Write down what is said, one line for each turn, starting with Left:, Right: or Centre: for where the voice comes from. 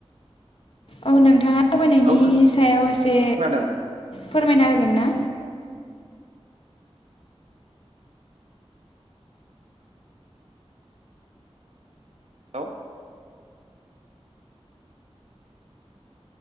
Left: औ नोंथाङा दावबायनायनि
Right: औ
Left: सायाव एसे
Right: खोनादों
Left: फोरमायना होगोन ना?
Right: औ।